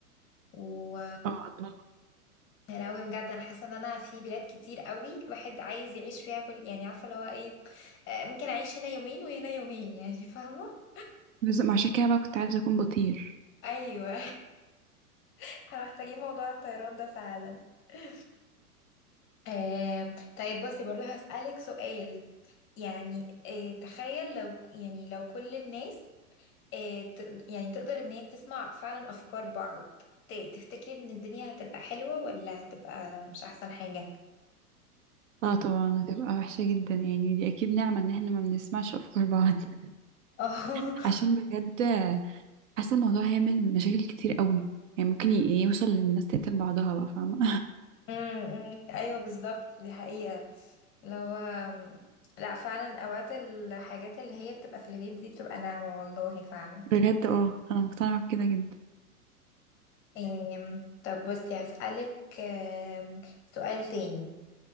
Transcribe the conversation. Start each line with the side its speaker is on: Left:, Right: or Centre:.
Left: و
Right: اه الله
Left: يا لهوي بجد أنا حاسة إن أنا في بلاد كتير قوي الواحد عايز يعيش فيها كل يعني عارفة اللي هو إيه آه ممكن أعيش هنا يومين وهنا يومين يعني فاهمة؟
Right: بس ما عشان كده بقى كنت عايزة أكون بطير
Left: أيوه <laughs> احنا محتاجين موضوع الطيران ده فعلا <laughs> آه، طيب بصي برضه هسألك سؤال يعني آه، تخيل لو يعني لو كل الناس آه، ت- يعني تقدر ان هي تسمع فعلا افكار بعض ت- تفتكري ان الدنيا هتبقى حلوة ولا هتبقى مش احسن حاجة
Right: اه طبعا هتبقى وحشة جدا يعني دي أكيد نعمة إن احنا ما بنسمعش أفكار بعض <laughs>
Left: <laughs> اه
Right: عشان بجد حاسة الموضوع هيعمل مشاكل كتير أوي يعني ممكن ي- يوصل للناس تقتل بعضها بقى فاهمة
Left: أمم، أمم، <laughs> ايوه بالظبط دي حقيقة لو آم، لا فعلا اوقات الحاجات اللي هي بتبقى في الغيب دي بتبقى ناعمة والله فعلا
Right: <laughs> بجد اه أنا مقتنعة بكده جدا
Left: آم، طب بصي هسألك آم، سؤال تاني